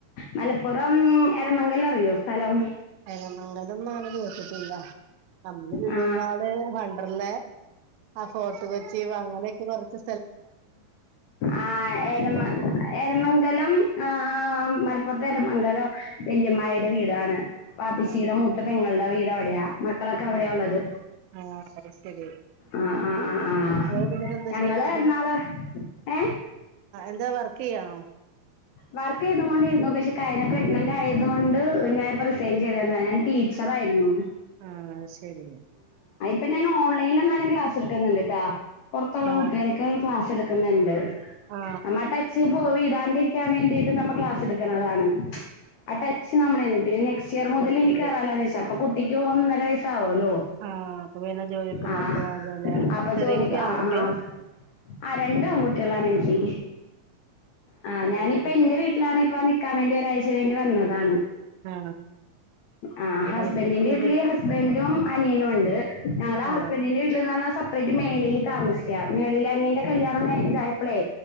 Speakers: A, on the left (about 80°); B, on the right (about 80°).
A: മലപ്പുറം എരമംഗലം അറിയോ സ്ഥലം
B: എരമംഗലംന്നങ്ങനെ കേട്ട്ട്ട്ല്ല നമ്മള് ലുലുമാള്
A: ആ
B: വണ്ടർല്ലെ അ ഫോട്ട് കൊച്ചി അങ്ങനെയൊക്കെ കൊർച്ച്
A: ആ എരമ എരമംഗലം ആ മ ലപൊർത്തെ എരമംഗലം വല്ല്യമ്മായിടെ വീടാണ് വാപ്പച്ചിടെ
B: ആ
A: മൂത്ത പെങ്ങൾടെ വീട് അവിടെയാ മക്കളൊക്കെ അവിടെയാ
B: ആ
A: ഒള്ളത്
B: ആ അത് ശരി
A: ആ ആ ആ ആ
B: നിങ്ങളിപ്പോ എന്നിട്ട് എന്താ
A: ഞങ്ങള്
B: ചെയ്യണത്
A: ന്നാള് എ
B: ആ എന്താ വർക്കെയ്യാണോ
A: വർക്കെയ്തും കൊണ്ടിര്ന്നു പക്ഷെ കയ്ഞ്ഞ പ്രഗ്നന്റായത് കൊണ്ട് ഞാനിപ്പോ റിസൈൻ
B: ആ
A: ചെയ്താര്ന്നു <unintelligible> ടീച്ചറായിര്ന്നു
B: ആ അത് ശെരി
A: പിന്നെ ഞാൻ ഓൺലൈൻലെന്നാലും ക്ലാസ് എടുക്കുന്നുണ്ട്ട്ടാ പൊറത്തൊള്ള
B: ആ
A: കുട്ടികൾക്ക് ക്ലാസ് എട്ക്ക്ന്ന്ണ്ട്
B: ആ
A: നമ്മടച്ച് പോ വിടാണ്ടിരിക്കാൻ വേണ്ടീട്ട് നമ്മ ക്ലാസ്ട്ക്ക്ണതാണ് ആ ടച്ച് നമ്മുടെന്ന് പിന്നെ നെക്സ്റ്റിയർ മുതലിനി
B: വിട്ടപ്പോ
A: കേറാലൊന്ന് വെച്ചാ അപ്പൊ കുട്ടിക്ക് ഒന്നര വയസാവും ഹലോ
B: ആ അപ്പൊ പിന്നെ ജോലിക്കൊന്നും
A: ആ
B: പോവാതെ
A: അപ്പൊ
B: ചെറിയ
A: ജോലി
B: കുട്ടി
A: ആ
B: ആൺകുട്ടിയാ
A: ആ ആ രണ്ടും ആൺകുട്ട്യളാണെനിക്ക് ആ ഞാനിപ്പോ
B: അത് ശരി
A: എന്റെ വീട്ടിലാണ് ഇപ്പ നിക്കാൻ വേണ്ടി ഒരാഴ്ച വേണ്ടി വന്നതാണ്
B: ആ
A: ആ ഹസ്ബൻഡിന്റെ
B: അത് ശരി
A: വീട്ട്ല്
B: ഇത്
A: ഹസ്ബൻഡും അനിയനുണ്ട് ഞങ്ങള്
B: ആ
A: ഹസ്ബൻഡിന്റെ വീട്ടില്ന്നർഞ്ഞാ സ സെപ്പറേറ്റ് മേളില് താമസിക്ക മേളില് അനിയന്റെ കല്യാണം കഴിഞ്ഞ്തായപ്പഴേ